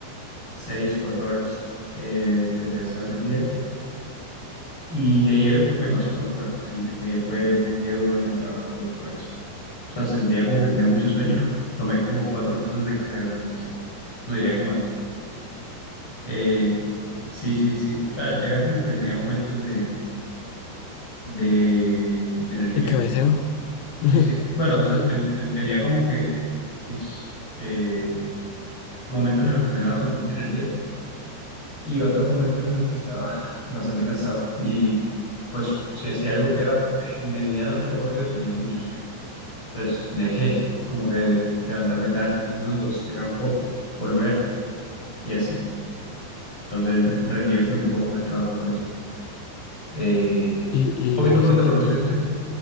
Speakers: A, on the left (about 25°); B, on the left (about 85°).
A: 6, 4 horas eh, desde hace varios días. Y ayer me pasó factura, sí, ayer fue, fue un día duro en el trabajo por, por eso. O sea, sentía como que tenía mucho sueño. <laughs> Tomé como cuatro tazas de café, una cosa así. No diría que más. Eh, sí, sí, sí. O sea, era como que tenía momentos de, de, de energía.
B: De cabeceo. <laughs>
A: Sí, sí. Bueno, o sea, te- te- tenía como que mis eh, momentos en los que me daba como mucha energía y otros momentos en los que estaba bastante cansado. Y pues si hacía algo que era eh, medianamente aburrido, tenía mucho sueño. Entonces tenía que como que levantarme cada cinco minutos, estirar un poco, volver y así. Entonces rendí bastante poco en el trabajo por eso. Eh,
B: Y,
A: un
B: y
A: poquito
B: digamos
A: contraproducente,
B: en tu trabajo,